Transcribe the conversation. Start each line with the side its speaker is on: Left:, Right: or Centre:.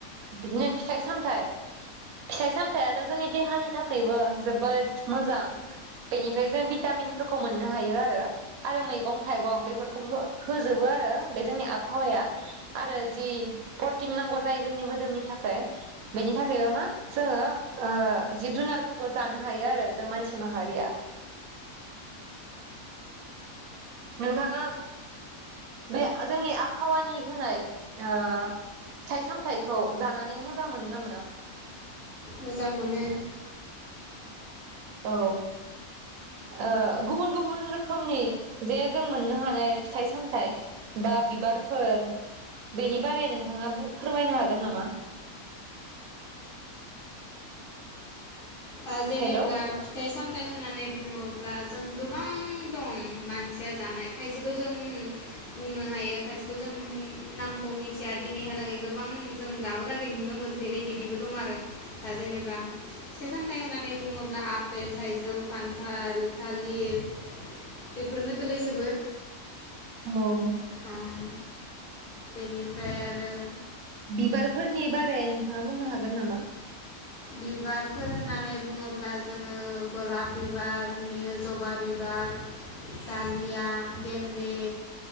Right: बिदिनो फिथाइ सामथाइ फिथाइ सामथायाइथ' जोंनि देहानि थाखायबो जोबोद मोजां बेनिफ्राय जों भिटामिनफोरखौ मोननो हायो आरो आरो मैगं थाइगं बेफोरखौबो होजोबो आरो बे जोंनि आबहावाया आरो जि प्रटिन नांगौ जायो जोंनि मोदोमनि थाखाय बेनि थाखाय मा जोङो ओ जिब जुनारफोरखौ जानो हायो आरो जों मानसि माहारिया। नोंथाङा बे जोंनि आबहावानि होनाय ओ फिथाइ सामथायाइखौ जानानै मोजां मोनो ना मोना।
Left: मोजां मोनो
Right: औ, ओ गुबुन गुबुन रोखोमनि जे जों मोननो हानाय फिथाइ सामथायाइ बा बिबारफोर बेनि बारै नोंथाङा फोरमायनो हागोन नामा?
Left: ओ जेनेबा
Right: हेल'
Left: फिथाइ - सामथाय होननानै बुङोब्ला जों गोबां दं मानसिया जानाय, खायसेखौ जों बुंनो हायो, खायसेखौ जों नामखौ मिथिया दिनैहालागै गोबां जों दाबोलागै नुनो मोनफेरि बिदिबो दं आरो दा जेनेबा फिथाइ सामथायाइ होननानै बुङोब्ला, - आफपेल, थाइजौ, खान्थाल, थालिर बेफोरनो गोलैजोबो।
Right: औ
Left: ओं बेनिफ्राय आरो
Right: बिबारफोरनि बारै नोंथाङा बुंनो हागोन नामा?
Left: बिबारफोर होननानै बुङोब्ला जोङो -गलाब बिबार, जबा बिबार, दालिया, गेन्दे,